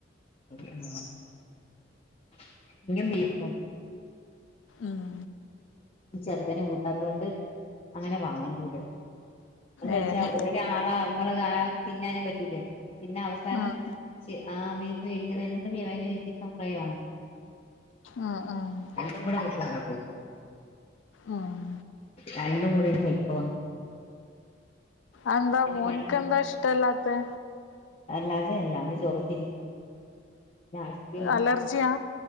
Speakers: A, on the left; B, on the left.
A: <unintelligible> <unintelligible> ബീഫ് ഭയ
B: ഉം
A: ഈ ചെറുക്കനെ കൂട്ടാത്തൊണ്ട് അങ്ങനെ വാങൂം ഇബടെ എന്നന്ന്
B: ഏഹ്
A: വെച്ചാ ഒരാളാ നമ്മള് തിന്നാനും പറ്റൂലേ പിന്നെ അവസാനം
B: ആഹ്
A: ആ മീൻ മേടിക്കുന്ന എല്ലെവന ചിക്കൻ ഫ്രൈ വേണും
B: ആഹ ആഹ
A: രണ്ടൂടിട്ട പോയി
B: ഉം
A: രണ്ട മൂട നിക്ക വന്നത്
B: അന്താ മോൻക്കന്താ
A: പാട്
B: ഇഷ്ടല്ലാത്തെ
A: അല്ലാതെ അലാ അവന് ചോറതിരി പിന്നെ ആശുപത്രി ഉ
B: അലർജിയാ